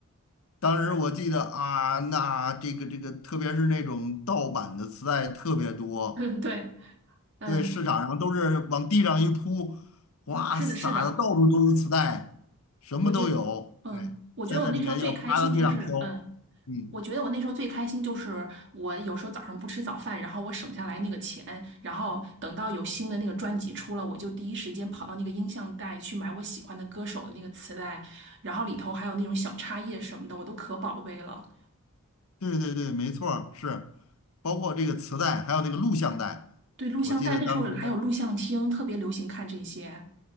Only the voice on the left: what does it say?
当时我记得啊，那这个这个，特别是那种盗版的磁带特别多，
对，市场上都是往地上一铺，哇，
撒的到处都是磁带，
什么都有。
对，
在那里面要趴到地上挑。
嗯，
对对对，没错儿，是，包括这个磁带，还有那个录像带，
我记得当时。